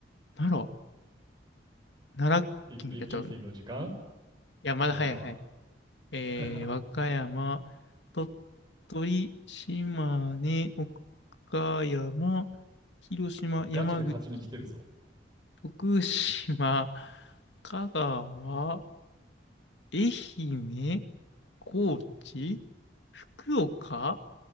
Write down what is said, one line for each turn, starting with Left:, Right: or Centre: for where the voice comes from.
Left: 奈良、奈良県やっちゃうの。
Right: 50-50の時間
Left: いや、まだ早い早い。
Right: 俺は。
Left: えー、
Right: <laughs>
Left: 和歌山、鳥取、島根、岡山、広島、
Right: 俺ガチで勝ちに来てるぞ。
Left: 山口、徳島、香川、愛媛、高知、福岡